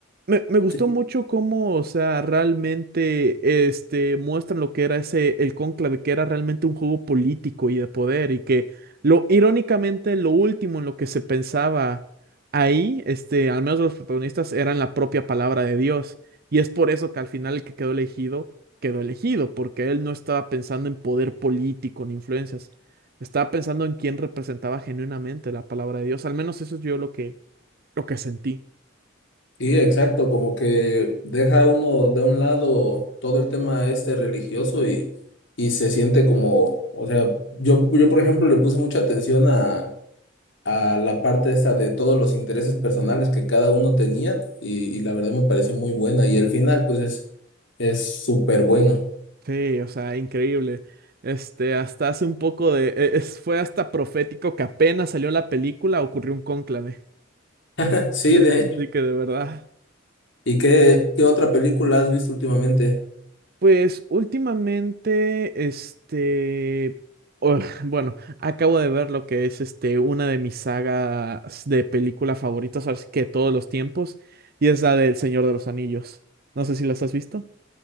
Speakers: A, on the right; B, on the left.
A: Me, me gustó
B: sí,
A: mucho cómo, o sea, realmente este, muestran lo que era ese, el cónclave, que era realmente un juego político y de poder, y que lo, irónicamente, lo último en lo que se pensaba ahí, este, al menos de los protagonistas, eran la propia palabra de Dios. Y es por eso que al final el que quedó elegido, quedó elegido, porque él no estaba pensando en poder político ni influencias. Estaba pensando en quién representaba genuinamente la palabra de Dios. Al menos eso es yo lo que, lo que sentí.
B: sí, exacto, como que deja uno de un lado todo el tema este religioso y, y se siente como, o sea, yo, yo por ejemplo le puse mucha atención a a la parte esa de todos los intereses personales que cada uno tenía y, y la verdad me pareció muy buena y el final pues es es súper bueno.
A: Sí, o sea, increíble. Este, hasta hace un poco de... e- es- fue hasta profético que apenas salió la película, ocurrió un cónclave.
B: <laughs> Sí,
A: De-
B: de
A: así
B: hecho.
A: que de verdad.
B: ¿Y qué, qué otra película has visto últimamente?
A: Pues últimamente, este... o- <laughs> bueno, acabo de ver lo que es este, una de mis sagas de película favoritas, así que todos los tiempos, y es la del Señor de los Anillos. No sé si las has visto.